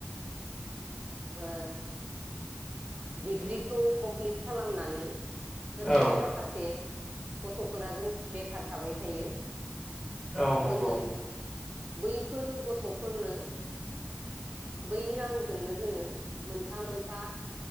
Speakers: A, on the right (about 35°); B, on the left (about 15°).
A: ओ डिग्रिखौ कमप्लिट खालामनानै ओरैनो
B: औ
A: माखासे गथ'फोरा जों बेखार थाबाय थायो
B: औ नंगौ।
A: जोङो बैफोर गथ'फोरनो बै रांजोंनो जोङो मोनफा मोनफा